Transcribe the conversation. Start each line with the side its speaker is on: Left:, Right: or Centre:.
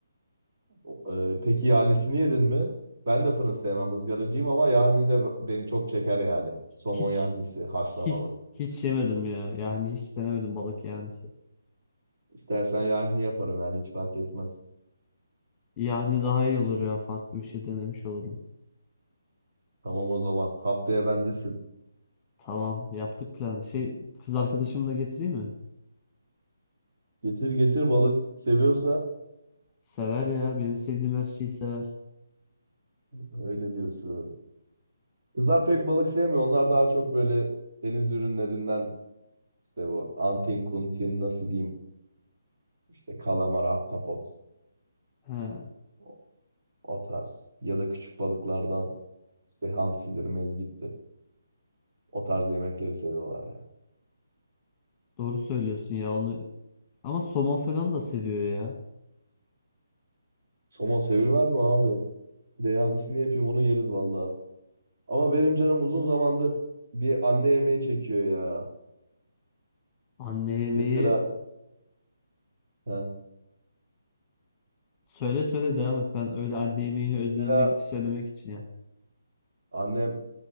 Right: E, peki yahnisini yedin mi? Ben de fırın sevmem. ızgaracıyım ama yahni de beni çok çeker yani. Somon
Left: Hiç
Right: yahnisi haşlamalı.
Left: hiç hiç yemedim ya. Yani hiç denemedim balık yani.
Right: İstersen yahni yaparım yani hiç fark etmez.
Left: Yani daha iyi olur ya. Farklı bir şey denemiş olurum.
Right: Tamam o zaman. Haftaya bendesin.
Left: Tamam yaptık planı. Şey kız arkadaşımı da getireyim mi?
Right: Getir getir balık seviyorsa
Left: Sever ya. Benim sevdiğim her şeyi sever.
Right: öyle diyorsun. Kızlar pek balık sevmiyor. Onlar daha çok böyle deniz ürünlerinden işte bu antin kuntin nasıl diyeyim işte kalamar, ahtapot
Left: He.
Right: o, o tarz ya da küçük balıklardan işte hamsidir, mezgittir. O tarz yemekleri seviyorlar yani.
Left: Doğru söylüyorsun ya onu Ama somon falan da seviyor ya.
Right: Somon sevilmez mi abi? Bir de yanisini yapayım onu yeriz valla. Ama benim canım uzun zamandır bir anne yemeği çekiyor ya.
Left: Anne yemeği
Right: Mesela ha,
Left: söyle söyle devam et. Ben öyle anne yemeğini
Right: mesela
Left: özlemek söylemek için ya.
Right: annem